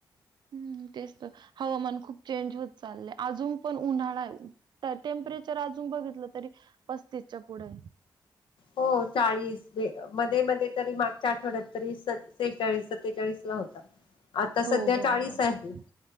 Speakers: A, on the right (about 60°); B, on the left (about 80°).
A: ह्म तेच तर हवामान खूप चेंज होत चाललंय अजून पण उन्हाळा आहे ट्परेचर अजून बघितलं तरी पस्तीसच्या पुढे
B: ह हो चाळीस मध्ये मध्ये तरी मागच्या आठवड्यात तरी सेहेचाळीस सत्तेचाळीस ला होता आता सध्या
A: हो बरोबर
B: चाळीस आहे